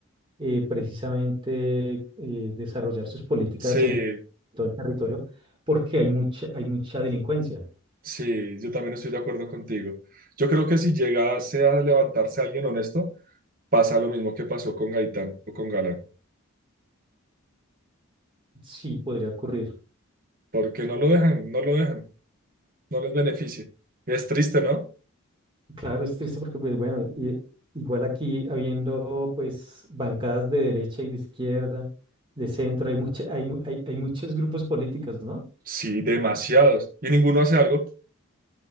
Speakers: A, on the right; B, on the right.
A: eh, precisamente eh, desarrollar sus políticas
B: Sí,
A: en todo el territorio porque hay mucha, hay mucha delincuencia.
B: sí, yo también estoy de acuerdo contigo. Yo creo que si llegase a levantarse alguien honesto, pasa lo mismo que pasó con Gaitán o con Galán,
A: Sí, podría ocurrir.
B: porque no lo dejan, no lo dejan, no les beneficia. Es triste, ¿no?
A: Claro, es triste porque, pues bueno, i- igual aquí habiendo pues bancadas de derecha y de izquierda, de centro, hay, mucha- hay, mu- hay, hay muchos grupos políticos, ¿no?
B: Sí, demasiados. ¿Y ninguno hace algo?